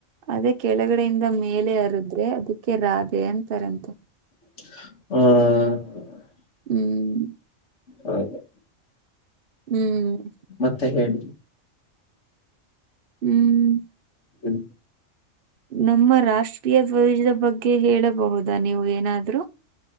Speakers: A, on the right; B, on the left.
A: ಅದೇ ಕೆಳಗಡೆಯಿಂದ ಮೇಲೆ ಹರುದ್ರೆ ಅದಕ್ಕೆ ರಾಧೆ ಅಂತಾರಂತೆ.
B: ಹ್ಮ್.
A: ಹ್ಮ್.
B: ಹೌದಾ.
A: ಹ್ಮ್.
B: ಮತ್ತೆ ಹೇಳಿ.
A: ಹ್ಮ್.
B: ಹ್ಮ್.
A: ನಮ್ಮ ರಾಷ್ಟ್ರೀಯ ಧ್ವಜದ ಬಗ್ಗೆ ಹೇಳಬಹುದಾ ನೀವು ಏನಾದ್ರು.